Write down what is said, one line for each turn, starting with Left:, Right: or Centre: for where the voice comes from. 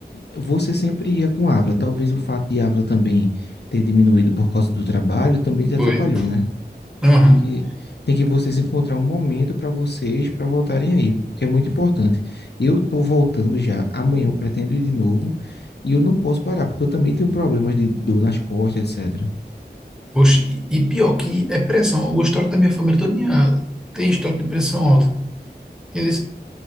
Left: você sempre ia com Ávila. Talvez o fato de Ávila também ter diminuído por causa do trabalho também te atrapalhou,
Centre: foi.
Left: né?
Centre: Aham.
Left: Tem que, tem que vocês encontrar um momento para vocês, para voltarem aí, porque é muito importante. Eu tô voltando já, amanhã eu pretendo ir de novo, e eu não posso parar, porque eu também tenho problemas de dor nas costas, etc.
Centre: Poxa, e e pior que é pressão. O histórico da minha família todinha tem histórico de pressão alta. Entendeu?